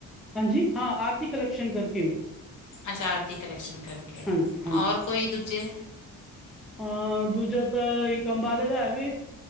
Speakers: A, in the centre; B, on the left.
A: ਹਾਂਜੀ, ਹਾਂ ਆਰਤੀ ਕਲੈਕਸ਼ਨ ਕਰਕੇ।
B: ਅੱਛਾ, ਆਰਤੀ ਕਲੈਕਸ਼ਨ ਕਰਕੇ
A: ਹਾਂਜੀ ਹਾਂਜੀ
B: ਔਰ ਕੋਈ ਦੂਜੇ
A: ਅ, ਦੂਜਾ ਤਾਂ ਇੱਕ ਅੰਬਾਲੇ ਦਾ ਹੈ ਵੀ।